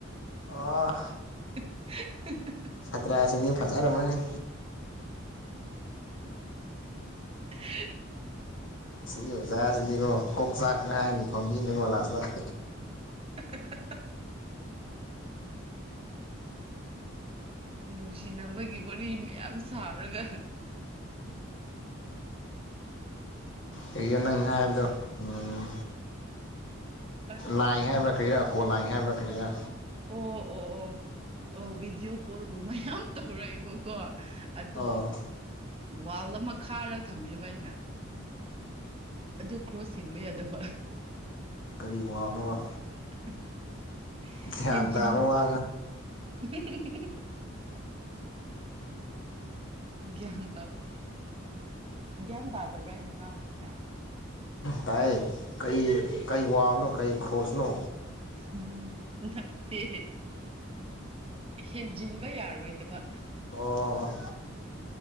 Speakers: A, on the left; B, on the right.
A: ꯑ꯫
B: <unintelligible>
A: ꯁꯥꯇ꯭ꯔꯥꯁꯤꯡꯅ ꯐꯖꯔꯝꯃꯅꯤ꯫
B: <unintelligible>
A: ꯁꯤ ꯑꯣꯖꯥꯁꯤꯅꯤꯀꯣ ꯀꯣꯛꯆꯥꯛꯅꯤ ꯍꯥꯏꯅꯤ ꯐꯝꯕꯤꯅꯤꯀꯣ ꯂꯥꯁꯇ꯫
B: <unintelligible> ꯅꯨꯡꯁꯤꯅꯕꯒꯤ ꯋꯥꯔꯤ ꯃꯌꯥꯝ ꯁꯥꯔꯒ꯫
A: ꯀꯩꯅꯣ ꯅꯪꯅꯥ ꯍꯥꯏꯕꯗꯣ꯫ ꯎꯝ꯫
B: ꯑꯁ
A: ꯂꯥꯏ ꯍꯥꯏꯕ꯭ꯔꯥ ꯀꯩꯔꯥ꯫ ꯀꯣꯂꯥꯏ ꯍꯥꯏꯕ꯫ ꯀꯌꯥ꯫
B: ꯑꯣ ꯑꯣ ꯑꯣ꯫ ꯑ ꯚꯗꯤꯌꯑꯣ ꯀꯣꯜꯒꯨꯝꯍꯩ꯫ ꯌꯥꯝ ꯇꯧꯔꯛꯑꯦꯕꯀꯣ ꯑꯗꯣ
A: ꯑꯣ
B: ꯋꯥꯜ ꯑꯃ ꯈꯥꯔꯒ ꯊꯝꯃꯦꯕ ꯑꯩꯅ꯫ ꯑꯗꯨ ꯀ꯭ꯔꯣꯁ ꯍꯦꯟꯕ ꯌꯥꯗꯕ꯫
A: ꯑꯩ ꯋꯥꯡꯅꯕ꯫
B: <unintelligible>
A: ꯒ꯭ꯌꯥꯟ
B: ꯍꯦꯟꯖꯤꯟ
A: ꯇꯥꯕ ꯋꯥ
B: <unintelligible> ꯒ꯭ꯌꯥꯟ ꯇꯥꯕ ꯒ꯭ꯌꯥꯟ ꯇꯥꯗꯕ꯭ꯔꯥ ꯑꯩꯅꯥ ꯉꯥꯡꯕꯁꯦ꯫
A: ꯇꯥꯏ ꯀꯩ ꯀꯩ ꯋꯥꯅꯣ ꯀꯩ ꯈꯣꯁꯅꯣ꯫
B: ꯎꯝ ꯅꯠꯇꯦ ꯍꯦꯟꯖꯤꯟꯕ ꯌꯥꯔꯣꯏꯗꯕ꯫
A: ꯑꯣ